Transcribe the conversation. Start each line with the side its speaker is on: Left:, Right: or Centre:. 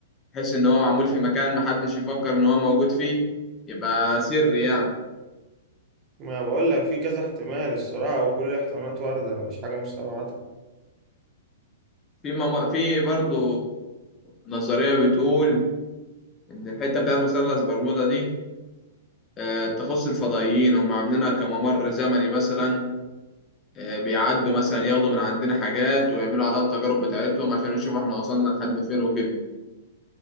Left: بحيث ان هو معمول في مكان محدش يفكر ان هو موجود فيه يبقى سري يعني
Right: ما بقول لك في كذا احتمال الصراحه وكل الاحتمالات وارده مفيش حاجه مستبعده
Left: في مم... في برضه نظرية بتقول إن الحتة بتاعت مثلث برمودا دي آه، تخص الفضائيين هم عاملينها كممر زمني مثلا آه، بيعدوا مثلا ياخدوا من عندنا حاجات ويعملوا عليها التجارب بتاعتهم عشان يشوفوا احنا وصلنا لحد فين وكده